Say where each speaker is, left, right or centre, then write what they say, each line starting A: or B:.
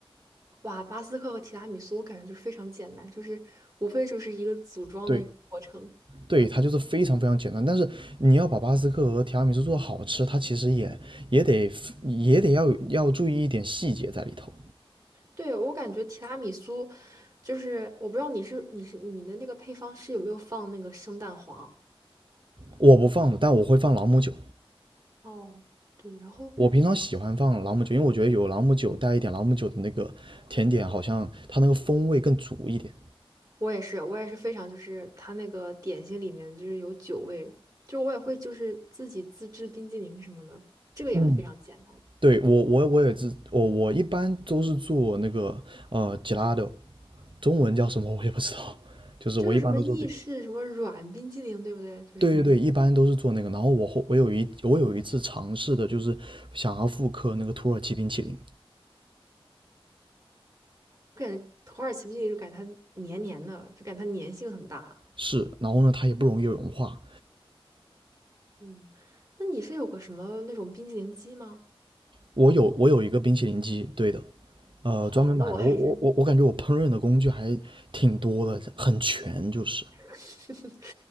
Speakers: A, on the right; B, on the right.
A: 哇，巴斯克和提拉米苏我感觉就非常简单，就是无非就是一个组装的一个过程。
B: 对，对，它就是非常非常简单，但是你要把巴斯克和提拉米苏做的好吃，它其实也也得也得要要注意一点细节在里头。
A: 对，我感觉提拉米苏，就是我不知道你是你是你的那个配方是有没有放那个生蛋黄？
B: 我不放的，但我会放朗姆酒。
A: 哦，对，然后
B: 我平常喜欢放朗姆酒，因为我觉得有朗姆酒带一点朗姆酒的那个甜点，好像它那个风味更足一点。
A: 我也是，我也是非常就是它那个点心里面就是有酒味，就我也会就是自己自制冰激凌什么的，这个也非常简单，
B: 嗯，对我我我也是，我我一般都是做那个呃 gelato，中文叫什么我也不知道，就是我一般都做这个。
A: 就是什么意式什么软冰激凌，对不对？就是
B: 对对对，一般都是做那个。然后我后我有一我有一次尝试的，就是想要复刻那个土耳其冰淇淋，
A: 我感觉土耳其冰激凌就感觉它黏黏的，就感觉它粘性很大。
B: 是，然后呢，它也不容易融化。
A: 嗯，那你是有个什么那种冰激凌机吗？
B: 我有我有一个冰淇淋机，对的，呃，
A: 好吧，
B: 专门买的。
A: 那我还是。
B: 我我我我感觉我烹饪的工具还挺多的，很全，就是
A: <laughs>